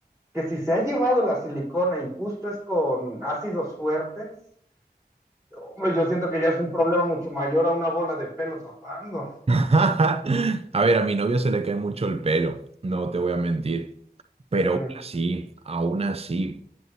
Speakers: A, on the right; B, on the right.
A: que si se ha llevado la silicona y justo es con ácidos fuertes, hombre, yo siento que ya es un problema mucho mayor a una bola de pelo tapando.
B: <laughs> A ver, a mi novio se le cae mucho el pelo, no te voy a mentir. Pero
A: Ujú,
B: aún así, aún así,